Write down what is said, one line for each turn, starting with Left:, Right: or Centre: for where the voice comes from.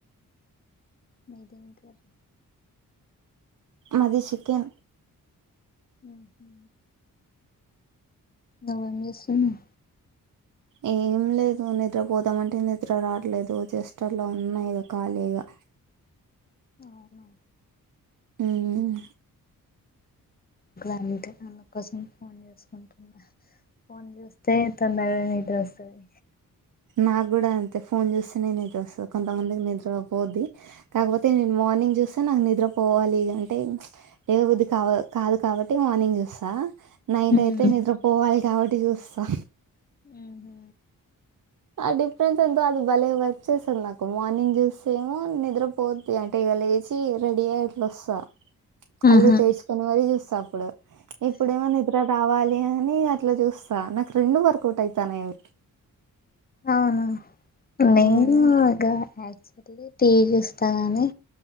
Left: మీది ఏం కర్రీ
Right: మాది చికెన్
Left: మ్మ్ నువెం చేస్తునవ్
Right: ఏం లేదు నిద్రపోదామంటే నిద్ర రావట్లేదు జస్ట్ అట్లా ఉన్న ఈగ ఖాళీగా
Left: అవునా
Right: మ్మ్మ్
Left: అంటే అందుకోసం ఫోన్ చూసుకుంటున్నా ఫోన్ చూస్తే తొందరగా నిద్ర వస్తది
Right: నాకు కూడా అంతే ఫోన్ చూస్తేనే నిద్ర వస్తది కొంతమందికి నిద్రపోద్ది కాకపోతే నేను మార్నింగ్ చూస్తే నాకు నిద్రపోవాలి అంటే లేవబుధి కా కాదు కాబట్టి మార్నింగ్ చూస్తా నైట్
Left: ఉమ్.
Right: అయితే నిద్ర పోవాలి కాబట్టి చూస్తా
Left: మ్మ్ హు
Right: ఆ డిఫరెన్స్ ఎంతో అది భలే వర్క్ చేస్తది నాకు మార్నింగ్ చూస్తేమో నిద్రపోద్ది అంటే ఇక లేచి రెడీ అయ్య అట్లా వస్తా కళ్లు
Left: ఆహా
Right: తెర్చు కొని మరీ చూస్త అప్పుడు ఇప్పుడు ఏమో నిద్ర రావాలి ఏముంది అట్లా చూస్తా నాకు రెండు వర్కౌట్ అయితన్నాయి అవి
Left: అవునా నేను
Right: ఉమ్
Left: ఆగా న్యాచురల్ టీ వీ చూస్తా గాని